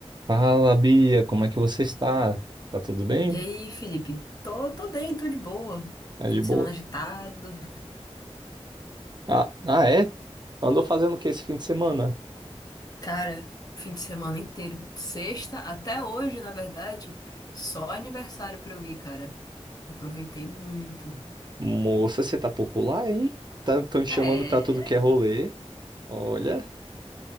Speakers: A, on the right; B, on the left.
A: Fala, Bia, como é que você está? Tá tudo bem?
B: E aí, Felipe? Tô, tô bem, tô de boa.
A: Tá
B: Fim
A: de
B: de
A: boa?
B: semana agitado.
A: Ah, ah, é? Andou fazendo o que esse fim de semana?
B: Cara, fim de semana inteiro. Sexta até hoje, na verdade, só aniversário pra eu ir, cara. Aproveitei muito.
A: Moça, você tá popular, hein? Tá tão te
B: É.
A: chamando pra tudo que é rolê. Olha,